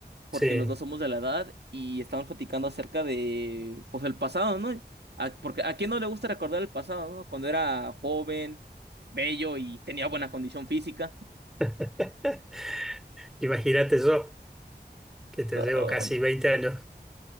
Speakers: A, on the right; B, in the centre.
A: porque
B: Sí.
A: los dos somos de la edad y estábamos platicando acerca de pues el pasado, ¿no? A- porque a quién no le gusta recordar el pasado, ¿no? Cuando era joven, bello y tenía buena condición física.
B: <laughs> Imagínate yo, que te
A: No.
B: llevo casi veinte años.